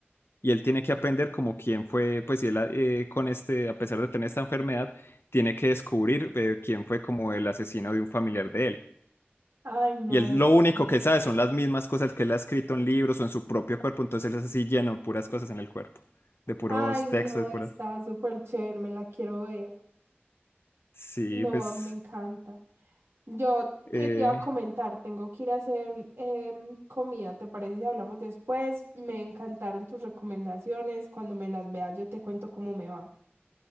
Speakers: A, on the left; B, on the right.
A: Y él tiene que aprender como quién fue, pues y él eh, con este, a pesar de tener esta enfermedad, tiene que descubrir eh, quién fue como el asesino de un familiar de él.
B: Ay, no,
A: Y él
B: está.
A: lo único que sabe son las mismas cosas que él ha escrito en libros o en su propio cuerpo, entonces él es así lleno de puras cosas en el cuerpo, de puros
B: Ay, no,
A: textos, de
B: está
A: puras...
B: súper chévere, me la quiero ver.
A: Sí,
B: No,
A: pues...
B: me encanta. Yo,
A: eh,
B: ¿qué te iba a comentar? Tengo que ir a hacer em, comida, ¿te parece si hablamos después? Me encantaron tus recomendaciones. Cuando me las veas, yo te cuento cómo me va.